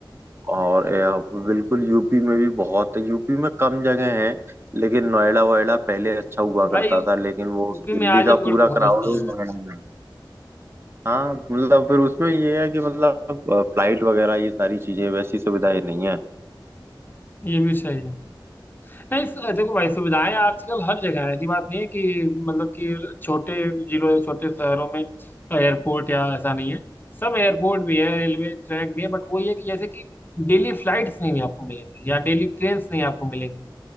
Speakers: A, on the right (about 30°); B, on the left (about 25°).
A: और अ, बिल्कुल यूपी में भी बहुत यूपी में कम जगह है लेकिन नोएडा वोएडा पहले अच्छा हुआ करता
B: भाई
A: था लेकिन
B: यूपी
A: वो दिल्ली
B: में आजमगढ़
A: का पूरा
B: बहुत
A: क्राउड
B: अच्छी
A: हो
B: जगह
A: नोएडा में हाँ मतलब फिर उसमें ये है कि मतलब फ्लाइट वगैरह ये सारी चीजें वैसी सुविधाएं नहीं है
B: है ये भी सही है नहीं स- देखो भाई सुविधाएं आजकल हर जगह है ऐसी बात नहीं है कि मतलब कि छोटे जिलों या छोटे शहरों में एयरपोर्ट या ऐसा नहीं है सब एयरपोर्ट भी है रेलवे ट्रैक भी है बट वही है कि जैसे कि डेली फ्लाइट्स नहीं भी आपको मिलेंगी या डेली ट्रेन नहीं आपको मिलेंगी